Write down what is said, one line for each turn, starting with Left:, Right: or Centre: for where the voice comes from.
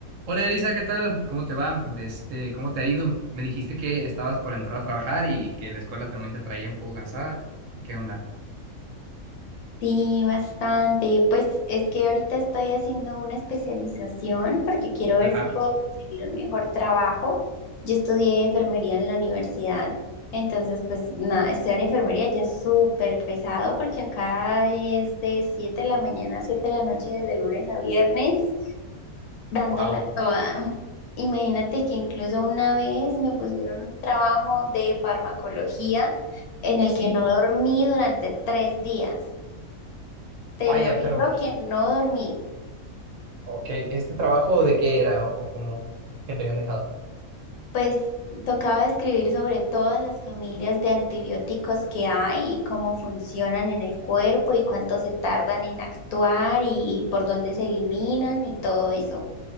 Right: Hola Elisa, ¿qué tal? ¿Cómo te va? Este, ¿cómo te ha ido? Me dijiste que estabas por entrar a trabajar y que la escuela también te traía un poco cansada. ¿Qué onda?
Left: Sí, bastante. Pues es que ahorita estoy haciendo una especialización porque quiero ver
Right: Ajá.
Left: si puedo conseguir un mejor trabajo. Yo estudié enfermería en la universidad, entonces pues nada, estudiar enfermería ya es súper pesado porque acá es de 7 de la mañana a 7 de la noche, de lunes a viernes, dándola
Right: Wow.
Left: toda. <laughs> Imagínate que incluso una vez me pusieron un trabajo de farmacología en el
Right: Sí,
Left: que no dormí durante tres días. Te
Right: vaya,
Left: lo juro
Right: pero,
Left: que no dormí.
Right: ok, ¿este trabajo de qué era o, o cómo que te habían dejado?
Left: Pues tocaba escribir sobre todas las familias de antibióticos que hay y cómo funcionan en el cuerpo y cuánto se tardan en actuar y por dónde se eliminan y todo eso.